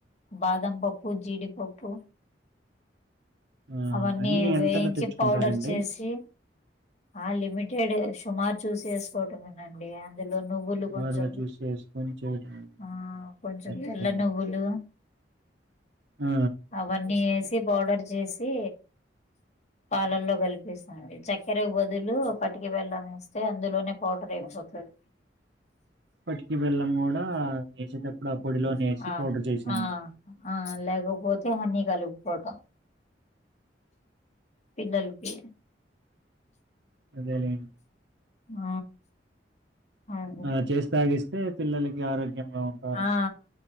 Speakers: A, on the left; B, on the right.
A: బాదం పప్పు జీడిపప్పు
B: ఆ!
A: అవన్నీ
B: అన్నీ
A: ఏ
B: ఎంతలో
A: వేయించి
B: తెచ్చుకుంటారండి?
A: పౌడర్ చేసి ఆ లిమిటెడే సుమారు చూసి ఏసుకోవటమేనండి అందులో నువ్వులు
B: సుమారుగా
A: కొంచెం
B: చూసి చేసుకొని చేయటం.
A: ఆ
B: ఆహా!
A: కొంచెం
B: సరే,
A: తెల్ల
B: సరే
A: నువ్వులు
B: అండి. ఆ
A: అవన్నీ ఏసి పౌడర్ చేసీ పాలల్లో కలిపిస్తా అది చక్కెరకు బదులు పటికి బెల్లం వేస్తే అందులోనే పౌడర్ అయిపోతది
B: పటికి బెల్లం గూడ ఏసేటప్పుడు ఆ పొడిలోనే ఏసి
A: ఆ
B: పౌడర్ చేసేమంటద్
A: ఆ ఆ లేకపోతే హనీ కలుపుకోవటమే పిల్లల్కి
B: అదేలెండ్
A: ఆ అదే
B: ఆ చేసి తాగిస్తే పిల్లలకి ఆరోగ్యంగా ఉంటారంటారు.
A: ఆ